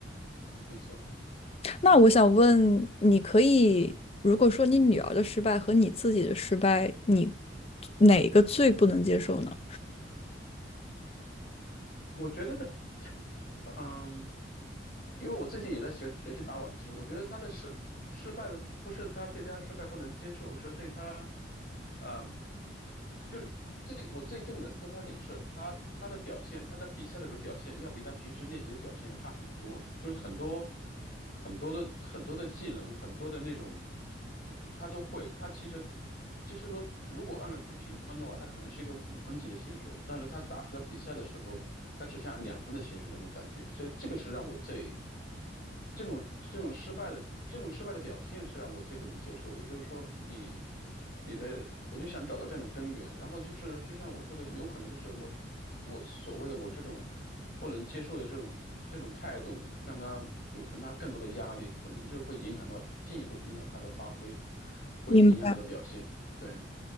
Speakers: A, on the left; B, on the left.
A: 没错。
B: 那我想问，你可以如果说你女儿的失败和你自己的失败，你哪个最不能接受呢？
A: 我觉得的，嗯。因为我自己也在学学习打网球，我觉得他的失失败的不是他对他失败不能接受，是对他，呃，就是最我最根本的出发点是他他的表现，他在比赛的时候表现要比他平时练习的表现要差很多，就是很多很多的很多的技能，很多的那种他都会，他其实就是说评分的话，他可能是一个五分级的选手，但是他打出来比赛的时候，他只像两分的选手那种感觉，所以这个是让我最这种这种失败的这种失败的表现是让我最不能接受的。就是说你你的，我就想找到这样的根源，然后就是就像我说的，有可能就是我我所谓的我这种不能接受的这种这种态度，让他有跟他更多的压力，可能就是会影响到进一步影响他的发挥，会影响他的表现，
B: 明。
A: 对。